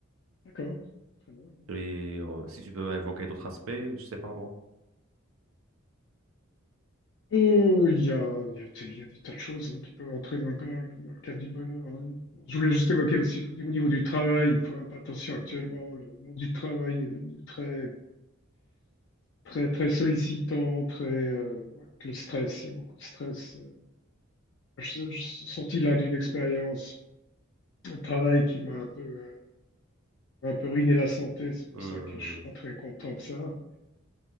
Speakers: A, on the left; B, on the right.
A: D'accord, très bien. ouais.
B: Et euh, si tu peux évoquer d'autres aspects, je sais pas moi.
A: Euh, Il y a, il y a des il y a des tas de choses hein, qui peuvent entrer dans, le, dans le- dans le cadre du bonheur. hein. Bon, je voulais juste évoquer aussi qu'au niveau du travail, il faut faire un peu attention actuellement. Le monde du travail est devenu très, très, très sollicitant, très, euh, voilà, avec le stress. Il y a beaucoup de stress. euh. Je, je suis sorti là d'une expérience le travail qui m'a un peu, euh, m'a un peu ruiné la santé. C'est pour
B: Hum,
A: ça que je suis pas très content de ça. En